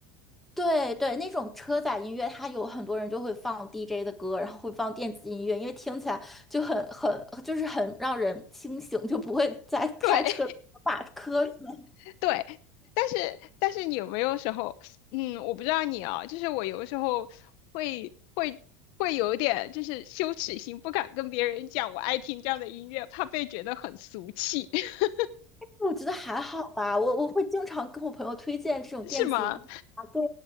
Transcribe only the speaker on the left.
对 <laughs> 对，但是但是你有没有时候，嗯，我不知道你啊，就是我有的时候会会会有一点就是羞耻心，不敢跟别人讲我爱听这样的音乐，怕被觉得很俗气，<laughs>
是吗？